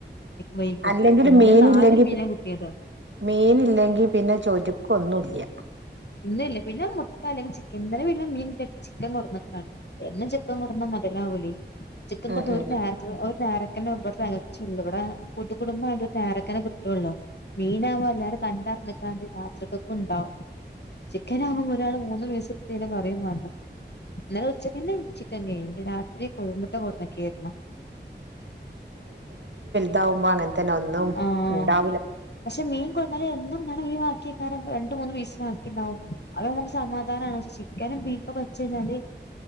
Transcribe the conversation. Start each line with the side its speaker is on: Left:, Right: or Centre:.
Left: വൈകും
Right: അല്ലെങ്കിലും
Left: ഇന്ന്
Right: മീനില്ലങ്കി
Left: നാല് മീനാ
Right: പ്
Left: കിട്ടിയത്
Right: മീൻ ഇല്ലെങ്കി പിന്നെ ചോറ്റക്കൊന്നൂല്യ
Left: ഇന്നില്ലെ പിന്നെ മുട്ട അല്ലെങ്കി ചിക്കൻ ഇന്നലെ പിന്നേ മീൻ <unintelligible> ചിക്കൻ കൊടന്ന് ക്കാണ് എന്നും ചിക്കൻ കൊട് ന്നാ മുതലാവൂലയ് ചിക്കൻ
Right: ഉം
Left: കൊന്ത്
Right: ഉം
Left: ഒരു
Right: ഉം
Left: നേരത്ത് ഒരു നേര <unintelligible> തെക ച്ചള്ളു ഇവിടെ കൂട്ട കുടുംബം അ യൊണ്ട് താ ര് ക്കനെ കിട്ടൊ ള്ളൂ മീനാവ്ബൊ എല്ലാരും കണ്ടറിഞ്ഞങ്ങാട് രാത്രിക്കൊക്കെ ണ്ടാവും ചിക്കാനാ ആകുമ്പോ ഒരാൾ മൂന്ന് പീസ്ട് തുകയ് ഞ്ഞ പറയും വാ ണ്ടാ ഇ ന്നലെ ഉച്ചകെന്നെ ചിക്കൻ കയ് ഞ്ഞു രാത്രി കോ ഴിമുട്ട കൊടുന്ന്കേര് ന്നു
Right: താവു മ്പൊ അങ്ങെ തന്നെ ഒന്നും
Left: ആഹ്
Right: ഉണ്ടാവൂല്ല
Left: പക്ഷെ മീൻ കൊട് ന്നാ ല് എന്നും ഇ ങ്ങനെമീൻ വാ ക്യാ ക്കാരം രണ്ട് മൂ ന്ന് പീസ് വാ ക്കിണ്ടാവും അ ഹ് സമാധാനാ ണ് പക്ഷെ ചിക്കനും ബീഫും വെച്ച് കഴിഞ്ഞാല്